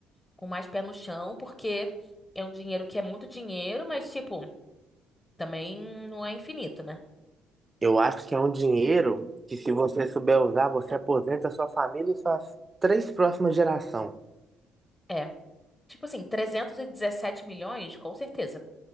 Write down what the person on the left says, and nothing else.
com mais pé no chão, porque é um dinheiro que é muito dinheiro, mas, tipo, também não é infinito, né?
É. Tipo assim, 317 milhões, com certeza.